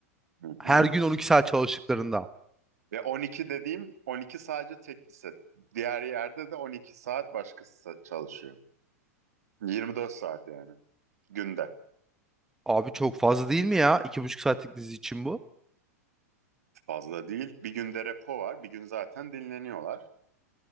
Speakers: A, on the right (about 75°); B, in the centre.
A: Hı
B: Her
A: hı.
B: gün 12 saat çalıştıklarında.
A: Ve 12 dediğim 12 sadece tek bir set. Diğer yerde de 12 saat başkası sa- çalışıyor. 24 saat yani günde.
B: Abi çok fazla değil mi ya? iki buçuk saatlik dizi için bu.
A: Fazla değil. Bir günde repo var. Bir gün zaten dinleniyorlar.